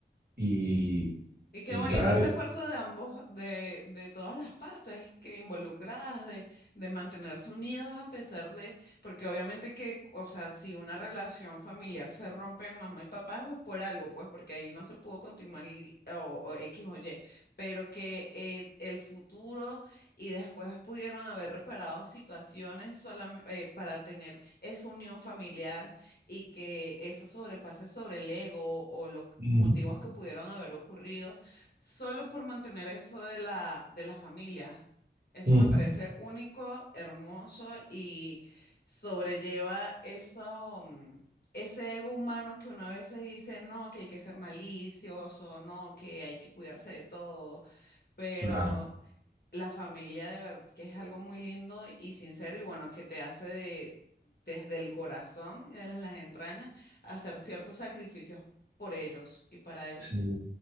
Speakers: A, on the right; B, on the left.
A: y,
B: Y qué
A: y
B: bonito
A: cada
B: ese
A: vez...
B: esfuerzo de ambos, de, de todas las partes que involucradas, de, de mantenerse unidos a pesar de, porque obviamente que, o sea, si una relación familiar se rompe en mamá y papá, pues por algo, pues porque ahí no se pudo continuar y, o, o X o Y, pero que eh, el futuro y después pudieron haber reparado situaciones solam- eh, para tener esa unión familiar y que eso sobrepase sobre el ego o los motivos
A: Ujú,
B: que pudieron haber ocurrido Solo por mantener eso de la, de la familia. Eso
A: ujú,
B: me parece único, hermoso y sobrelleva eso, mm, ese ego humano que uno a veces dice, no, que hay que ser malicioso, no, que hay que cuidarse de todo. Pero
A: claro.
B: la familia de verdad que es algo muy lindo y sincero y bueno, que te hace de, desde el corazón y desde las entrañas hacer ciertos sacrificios por ellos y para ellos.
A: sí.